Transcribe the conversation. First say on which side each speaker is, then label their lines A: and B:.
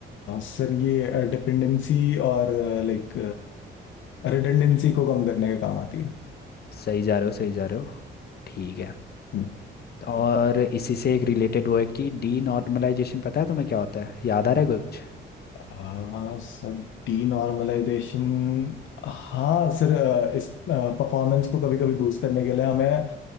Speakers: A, on the left; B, on the left.
A: सर ये डिपेंडेंसी और लाइक रिडंडेंसी को कम करने के काम आती है
B: सही जा रहे हो सही जा रहे हो ठीक है
A: हम्म।
B: और इसी से एक रिलेटेड वो है कि डी नॉर्मलाइजेशन पता है तुम्हें क्या होता है याद आ रहा है कुछ
A: अ, Sir denormalisation हाँ सर अ, इस परफॉर्मेंस को कभी कभी बूस्ट करने के लिए हमें अ,